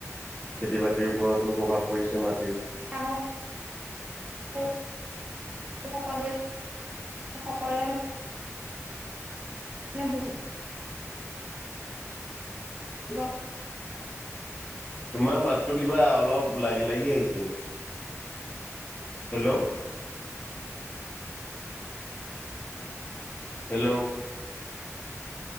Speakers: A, on the left (about 35°); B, on the right (about 25°).
A: খেতি বাতিৰ ওপৰতো প্ৰভাৱ পৰিছে মাটিৰ,
B: চঙক <unintelligible> <unintelligible> সকলোৱে সকলোৱে মানে মানে বুজি ল
A: তোমাৰ মাতটো কিবা অলপ লাগি লাগি আহিছে। হেল্ল'। হেল্ল'।